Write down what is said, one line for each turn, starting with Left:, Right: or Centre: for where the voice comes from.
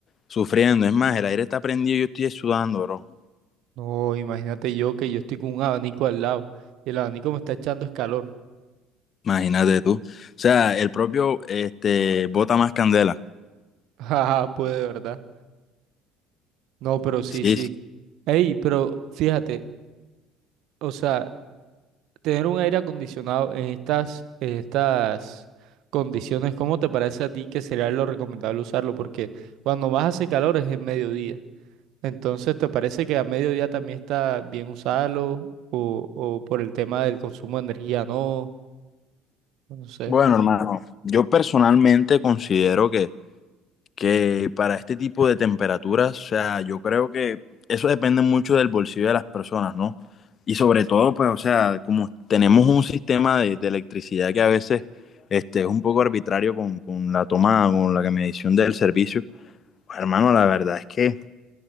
Left: sufriendo. Es más, el aire está prendido y yo estoy sudando, bro.
Right: No, imagínate yo que yo estoy con un abanico al lado y el abanico me está echando es calor.
Left: Imagínate tú. O sea, el propio este, bota más candela.
Right: <laughs> Ajá, pues de verdad. No, pero sí,
Left: Sí,
Right: sí.
Left: sí.
Right: Ey, pero fíjate. O sea, Tener un aire acondicionado en estas, en estas condiciones, ¿cómo te parece a ti que sería lo recomendable usarlo? Porque cuando más hace calor es en mediodía. Entonces, ¿te parece que a mediodía también está bien usarlo? O, o por el tema del consumo de energía, no, no sé.
Left: Bueno, hermano, yo personalmente considero que, que para este tipo de temperaturas, o sea, yo creo que eso depende mucho del bolsillo de las personas, ¿no? Y sobre todo, pues, o sea, como tenemos un sistema de, de electricidad que a veces este, es un poco arbitrario con, con la toma, con la medición del servicio, pues, hermano, la verdad es que